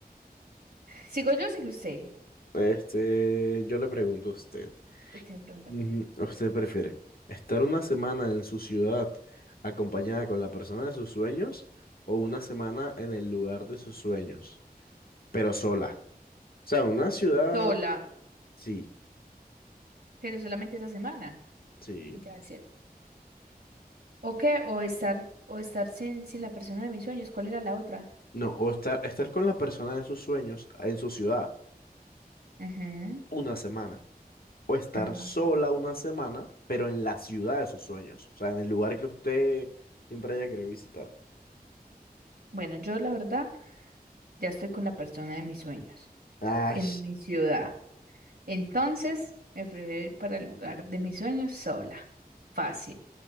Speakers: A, on the right; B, on the left.
A: Sigo yo, o sigue usted.
B: Este, yo le pregunto a usted.
A: Usted pregúntame.
B: Ujú. ¿Usted prefiere estar una semana en su ciudad acompañada con la persona de sus sueños o una semana en el lugar de sus sueños, pero sola? O sea, una ciudad,
A: Sola,
B: sí,
A: pero solamente esa semana.
B: sí.
A: Y ya, ¿cierto? ¿O qué? O estar, o estar sin, sin la persona de mis sueños. ¿Cuál era la otra?
B: No, o estar, estar con la persona de sus sueños en su ciudad
A: Ujú,
B: una semana, o estar
A: Ajá.
B: sola una semana, pero en la ciudad de sus sueños, o sea, en el lugar que usted siempre haya querido visitar.
A: Bueno, yo la verdad ya estoy con la persona de mis sueños
B: Ay,
A: en mi ciudad. Entonces me fui a ir para el lugar de mis sueños sola. Fácil,